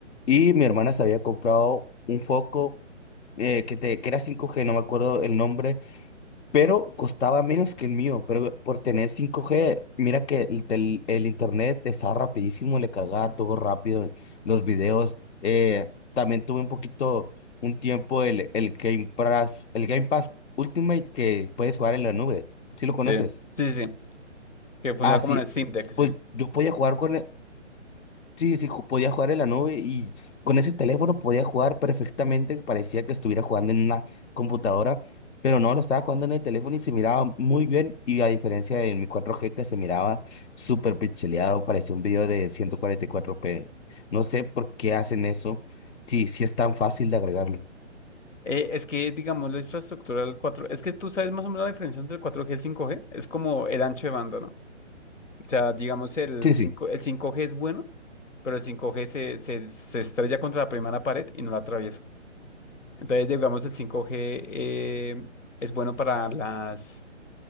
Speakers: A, on the left; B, on the left.
A: y mi hermana se había comprado un foco eh, que, te, que era cinco g no me acuerdo el nombre pero costaba menos que el mío, pero por tener 5G, mira que el, tel- el internet estaba rapidísimo, le cargaba todo rápido, los videos, eh, también tuve un poquito, un tiempo el, el Game Pass, el Game Pass Ultimate que puedes jugar en la nube, si lo conoces?
B: Sí, sí, sí, sí, que funciona
A: Ah,
B: como
A: sí,
B: en el Steam Deck, sí.
A: pues yo podía jugar con, Sí, sí, ju- podía jugar en la nube y con ese teléfono podía jugar perfectamente. Parecía que estuviera jugando en una computadora, pero no, lo estaba jugando en el teléfono y se miraba muy bien. Y a diferencia de mi 4G que se miraba súper pixeleado, parecía un video de 144p. No sé por qué hacen eso. Sí, sí es tan fácil de agregarlo.
B: Eh, es que, digamos, la infraestructura del cuatro es que tú sabes más o menos la diferencia entre el cuatro g y el cinco g es como el ancho de banda, ¿no? O sea, digamos, el
A: Sí,
B: cinco
A: sí.
B: el cinco g es bueno, pero el 5 g se, se, se estrella contra la primera pared y no la atraviesa. Entonces, digamos, el cinco g eh, es bueno para las,